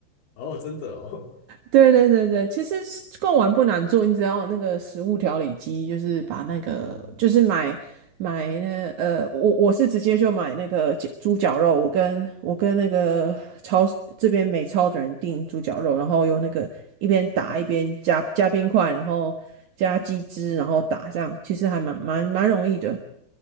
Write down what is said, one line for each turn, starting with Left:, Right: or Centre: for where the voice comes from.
Left: 哦，真的哦，
Right: 对对对对，其实是贡丸不难做，你只要有那个食物调理机，就是把那个就是买买那呃，
Left: 嗯，
Right: 我我是直接就买那个鸡猪脚肉，我跟我跟那个超市这边美超的人订猪脚肉，然后用那个一边打一边加加冰块，然后加鸡汁，然后打这样，其实还蛮蛮蛮容易的。